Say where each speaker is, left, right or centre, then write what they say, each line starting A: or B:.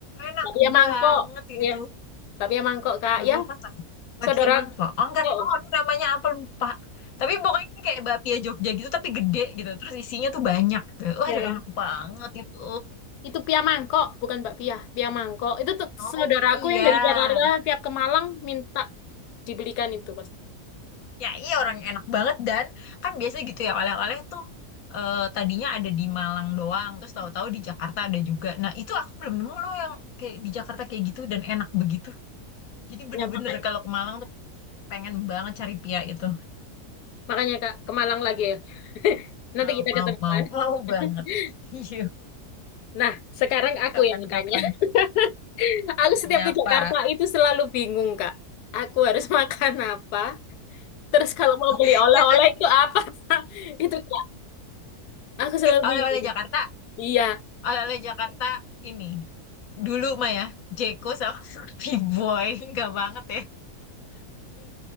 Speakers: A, on the left; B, on the left.
A: enak
B: Bakpia
A: banget
B: mangkok,
A: itu.
B: ya. Bakpia mangkok, Kak.
A: Bakpia
B: Ya,
A: apa tuh? Bakpia
B: saudara.
A: mangkok. Oh enggak
B: Oh,
A: tahu aku namanya apa lupa. Tapi pokoknya kayak bakpia Jogja gitu tapi gede gitu. Terus isinya tuh banyak. Waduh
B: ya.
A: enak banget itu.
B: Itu pia mangkok, bukan bakpia. Pia mangkok. Itu tuh
A: Oh,
B: saudaraku
A: pia.
B: yang dari Jakarta tiap ke Malang minta dibelikan itu, Mas.
A: Ya iya orang yang enak banget dan kan biasa gitu ya oleh-oleh tuh eh, tadinya ada di Malang doang terus tahu-tahu di Jakarta ada juga. Nah itu aku belum nemu loh yang kayak di Jakarta kayak gitu dan enak begitu. Jadi bener-bener
B: Ya, makanya,
A: kalau ke Malang tuh pengen banget cari pia itu.
B: makanya Kak, ke Malang lagi ya. <laughs> Nanti
A: Mau
B: kita
A: mau
B: ketemuan.
A: mau mau
B: <laughs>
A: banget. <laughs> Yuk
B: Nah, sekarang aku
A: kapan-kapan
B: yang tanya. <laughs> Aku
A: nanya
B: setiap di
A: apa?
B: Jakarta itu selalu bingung, Kak. Aku harus <laughs> makan apa? Terus kalau mau beli
A: <laughs>
B: oleh-oleh
A: Jakarta
B: itu apa? <laughs> Itu, Kak. Aku selalu
A: oleh-oleh
B: bingung.
A: Jakarta
B: Iya.
A: oleh-oleh Jakarta ini dulu mah ya Jeko sama <laughs> Fruity Boy nggak banget ya.